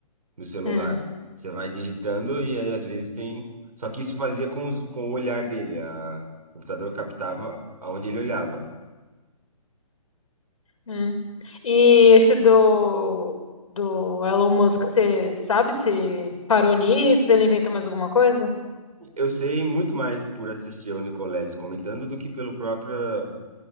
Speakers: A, on the right; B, on the left.
A: no celular.
B: Hum,
A: Você vai digitando e aí às vezes tem. Só que isso fazia com, os- com o olhar dele. A, o computador captava aonde ele olhava.
B: hum. E esse do do Elon Musk, você sabe se parou nisso? se Ele inventou mais alguma coisa?
A: Eu sei muito mais por assistir ao Nicoleles comentando do que pela própria